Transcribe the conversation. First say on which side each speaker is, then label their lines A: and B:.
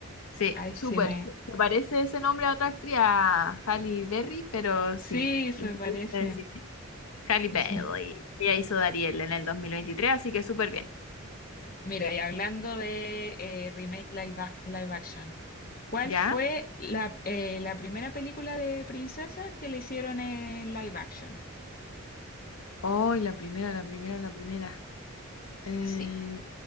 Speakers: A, on the left; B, on the left.
A: Sí,
B: Ay,
A: súper.
B: sí me...
A: Se parece ese nombre a otra actriz, a Halle Berry, pero
B: Sí,
A: sí,
B: se
A: lo supiste
B: parecen.
A: decir. Halle Bailey.
B: <laughs>
A: Ella hizo de Ariel en el dos mil veintitrés así que súper bien.
B: Mira, y hablando de eh, remake live, ac- live action, ¿Cuál
A: ¿Ya?
B: fue la, eh, la primera película de princesas que le hicieron en live action?
A: Ay, la primera, la primera, la primera. Eh,
B: Sí.